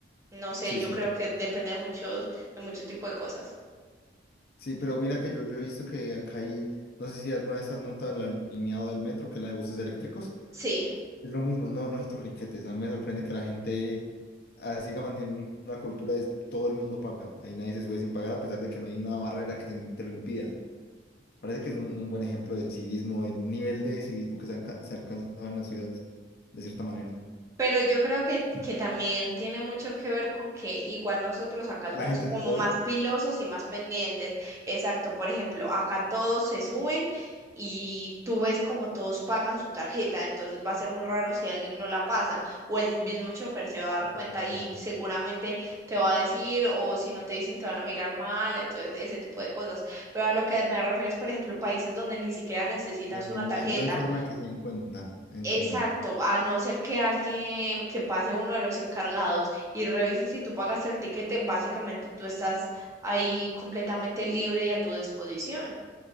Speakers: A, on the right; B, on the left.
A: no sé,
B: sí,
A: yo
B: sí,
A: creo
B: te-
A: que depende de muchos, de mucho tipo de cosas.
B: sí, pero mira que yo, yo he visto que acá hay, no sé si alguna vez has montado el alineado del metro, que es la de buses eléctricos,
A: Sí.
B: es lo mismo, no, no hay torniquetes, a mí me sorprende que la gente ah, siga manteniendo una cultura de todo el mundo paga, ahí nadie se sube sin pagar a pesar de que no hay una barrera que te, te lo impida. Parece que es un, un buen ejemplo de civismo, el nivel de civismo que se, han ca- se ha alcanzado en la ciudad, de cierta manera.
A: Pero yo creo que, que también tiene mucho que ver con que igual nosotros acá somos
B: ¿La gente
A: como
B: te puede
A: más
B: ver?
A: pilosos y más pendientes. Exacto, por ejemplo, acá todos se suben y tú ves como todos pagan su tarjeta, entonces va a ser muy raro si alguien no la pasa o el mismo chofer se va a
B: Ok,
A: dar cuenta
B: es verdad.
A: y seguramente te va a decir o si no te dicen te van a mirar mal, entonces ese tipo de cosas. Pero a lo que me refiero es, por ejemplo, países donde ni siquiera necesitas
B: No, no
A: una tarjeta
B: no hay forma de que se den cuenta, entiendo.
A: Exacto, a no ser que alguien que pase uno de los encargados y revise si tú pagaste el tiquete, básicamente tú estás ahí completamente libre y a tu disposición.